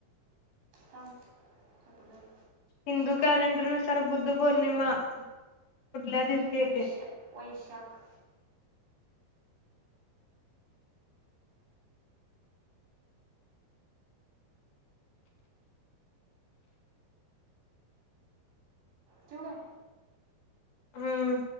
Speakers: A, on the right; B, on the left.
A: हं सपलय
B: हिंदू कॅलेंडर चर बुद्ध पौर्णिमा कुठल्या दिवशी येते
A: वैश्य वैशाख ठेवू काय?
B: हम्म